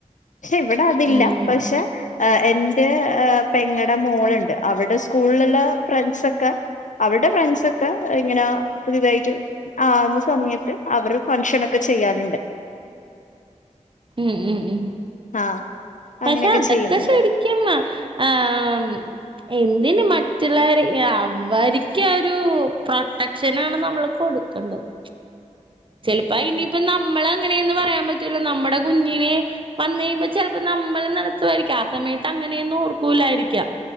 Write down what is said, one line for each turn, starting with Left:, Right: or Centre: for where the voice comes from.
Left: ക്ഷെ ഇവിടെ അതില്ല
Right: ഉം
Left: പക്ഷെ ആഹ് എന്റെ പെങ്ങടെ മോളുണ്ട് അവിടെ സ്കൂളിലുള്ള ഫ്രണ്ട്സൊക്കെ അവരുടെ ഫ്രണ്ട്സൊക്കെ അങ്ങനെ പുതുതായിട്ട് ആകുന്ന സമയത്ത് അവര് ഫംഗ്ഷന് ഒക്കെ ചെയ്യലുണ്ട്
Right: ഉം ഉം ഉ
Left: ആഹ്
Right: പക്ഷെ
Left: അങ്ങനെയൊക്കെ
Right: അതൊക്കെ
Left: ചെയ്യുന്നുണ്ട്
Right: ശരി ക്കും ആഹ് എന്തിന് മറ്റുള്ളവരെ അവര്ക്കൊരു പ്രൊട്ടക് ക്ഷനാണ് നമ്മള് കൊടുക്കണ്ടത് ചിലപ്പ ഇനിയിപ്പ നമ്മളങ്ങനെയന്ന് പറയാൻ പറ്റൂല്ലനമ്മുടെ കുഞ്ഞിനെ വന്ന് കഴിയുമ്പോ ചെലപ്പോ നമ്മള് നടത്തുവായിരിക്കാം ആഹ് സമയത്ത് അങ്ങനെയൊന്നും ഓർക്കൂലാ യിരിക്കാം